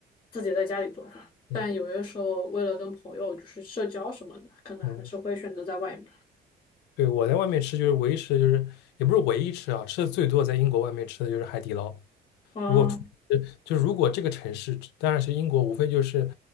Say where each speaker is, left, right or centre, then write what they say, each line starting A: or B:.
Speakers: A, on the left; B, on the left.
A: 自己在家里做饭。
B: 嗯
A: 但有些时候为了跟朋友就是社交什么的，可能还是会选择在外面。
B: 嗯，对，我在外面吃就是唯一吃的就是也不是唯一吃啊，吃的最多在英国外面吃的就是海底捞。
A: 啊，
B: 如果出呃就是如果这个城市，当然是英国，无非就是